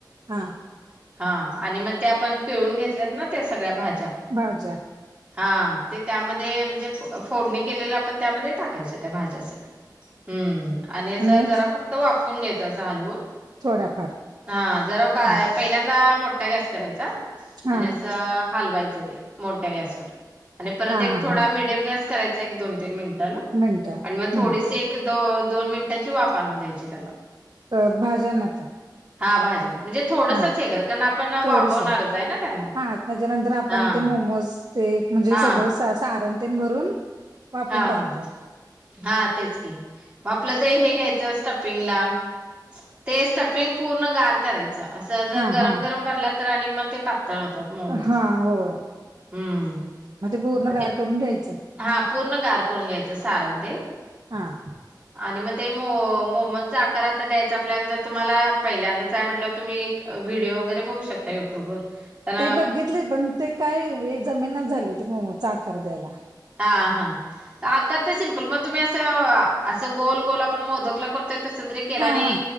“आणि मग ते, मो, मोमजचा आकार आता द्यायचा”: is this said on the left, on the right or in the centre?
Right